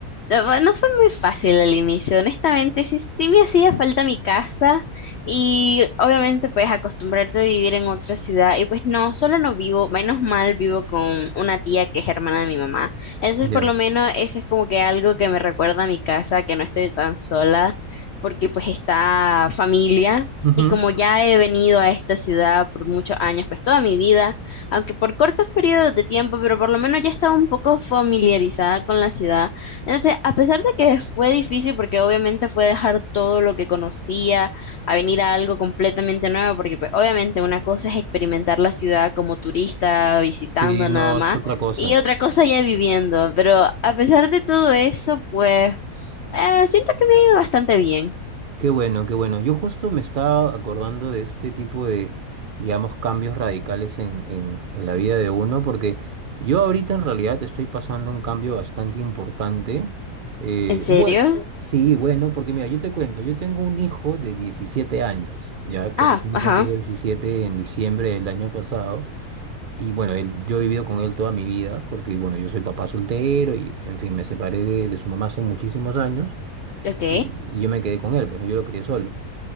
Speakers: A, on the left; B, on the right.
A: No fue no fue muy fácil al inicio, honestamente, sí, sí me hacía falta mi casa y obviamente pues acostumbrarte a vivir en otra ciudad y pues no, solo no vivo, menos mal vivo con una tía que es hermana de mi mamá, entonces
B: ya
A: por lo menos eso es como que algo que me recuerda a mi casa, que no estoy tan sola porque pues está familia
B: Ujú.
A: y como ya he venido a esta ciudad por muchos años, pues toda mi vida, aunque por cortos periodos de tiempo, pero por lo menos ya estaba un poco familiarizada con la ciudad. Entonces, a pesar de que fue difícil, porque obviamente fue dejar todo lo que conocía a venir a algo completamente nuevo, porque pues, obviamente una cosa es experimentar la ciudad como turista, visitando
B: Sí, no,
A: nada más,
B: es otra cosa.
A: y otra cosa ya viviendo. Pero a pesar de todo eso, pues eh, siento que me ha ido bastante bien.
B: Qué bueno, qué bueno. Yo justo me estaba acordando de este tipo de, digamos, cambios radicales en, en, en la vida de uno, porque yo ahorita en realidad estoy pasando un cambio bastante importante. Eh,
A: ¿En serio?
B: bueno, sí, bueno, porque mira, yo te cuento, yo tengo un hijo de 17 años, ya que
A: Ah,
B: recién
A: ajá,
B: cumplió 17 en diciembre del año pasado. Y bueno, él, yo he vivido con él toda mi vida, porque bueno, yo soy papá soltero y en fin, me separé de, de su mamá hace muchísimos años.
A: ok.
B: y, y yo me quedé con él, pues no, yo lo crié solo.